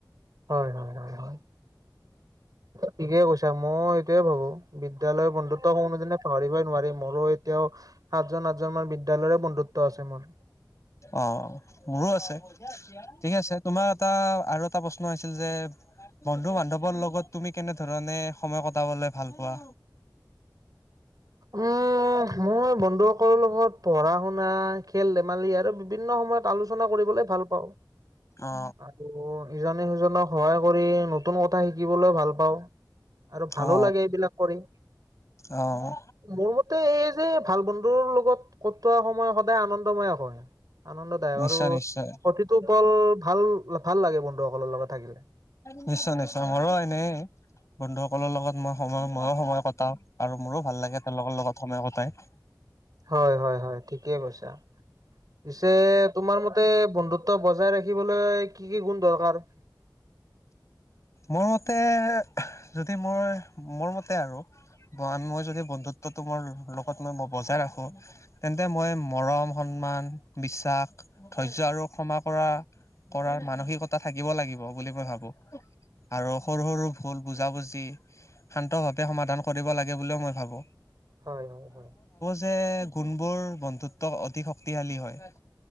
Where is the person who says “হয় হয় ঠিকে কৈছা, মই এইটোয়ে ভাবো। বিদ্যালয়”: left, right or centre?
Right